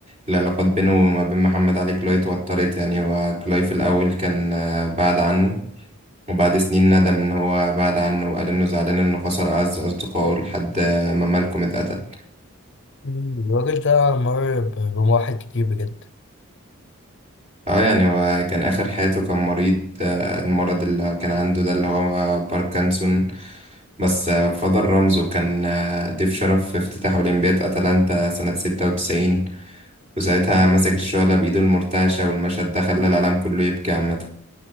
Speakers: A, on the right; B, on the left.
A: العلاقات بينه وما بين محمد علي كلاي اتوترت يعني هو كلاي في الأول كان آه، بعد عنه وبعد سنين ندم إن هو بعد عنه وقال إنه زعلان إنه خسر أعز أصدقائه لحد آه، ما مالكم اتقتل
B: مم. الراجل ده مر ب- بمراحل كتير بجد
A: اه يعني هو كان آخر حياته كان مريض آه، المرض اللي كان عنده ده اللي هو باركنسون بس آه، فضل رمزه كان آه، ضيف شرف في افتتاح أولمبياد أتلانتا سنة ستة وتسعين وساعتها مسك الشعلة بإيده المرتعشة والمشهد ده خلى العالم كله يبكي عامة